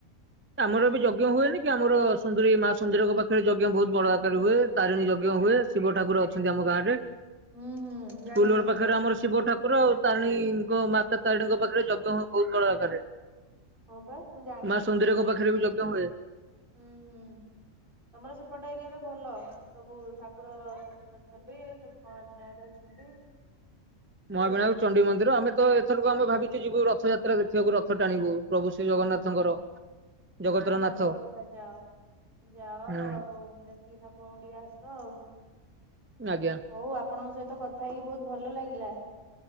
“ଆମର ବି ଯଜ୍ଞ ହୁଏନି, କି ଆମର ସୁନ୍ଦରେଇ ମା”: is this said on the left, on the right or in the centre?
Right